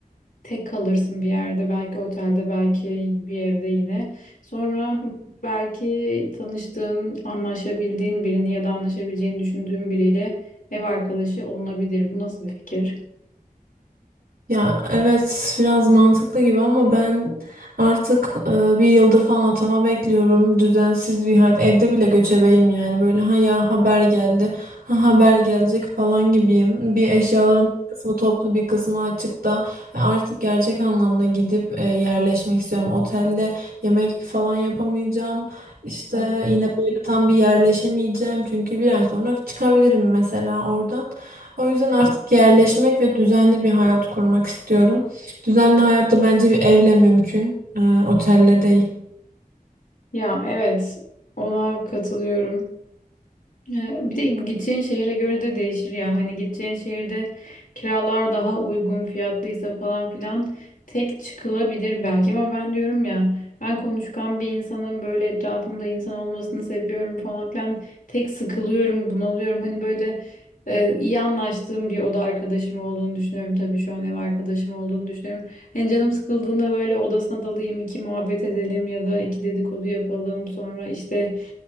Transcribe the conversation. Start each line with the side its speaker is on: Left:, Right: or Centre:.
Left: Tek kalırsın bir yerde belki otelde belki bir evde yine. Sonra belki tanıştığın, anlaşabildiğin birini ya da anlaşabileceğini düşündüğün biriyle ev arkadaşı olunabilir. Bu nasıl bir fikir?
Right: Ya evet biraz mantıklı gibi ama ben artık e, bir yıldır falan atama bekliyorum. Düzensiz bir hayat. Evde bile göçebeyim yani. Böyle ha ya haber geldi. Ha haber gelecek falan gibiyim. Bir eşyaların bir kısmı toplu bir kısmı açıkta. Ve artık gerçek anlamda gidip e, yerleşmek istiyorum. Otelde yemek falan yapamayacağım. İşte
Left: Hı
Right: yine böyle tam bir yerleşemeyeceğim. Çünkü bir ay sonra çıkabilirim mesela oradan. O yüzden artık yerleşmek ve düzenli bir hayat kurmak istiyorum. Düzenli hayat da bence bir evle mümkün, e, otelle değil.
Left: Ya evet ona katılıyorum. Ee, Bir de bu gideceğin şehire göre de değişir ya. Hani gideceğin şehirde kiralar daha uygun fiyatlıysa falan filan tek çıkılabilir belki ama ben diyorum ya ben konuşkan bir insanın böyle etrafımda insan olmasını seviyorum falan filan tek sıkılıyorum bunalıyorum hani böyle e, iyi anlaştığım bir oda arkadaşım olduğunu düşünüyorum tabii şu an ev arkadaşım olduğunu düşünüyorum. Hani canım sıkıldığında böyle odasına dalayım iki muhabbet edelim ya da iki dedikodu yapalım sonra işte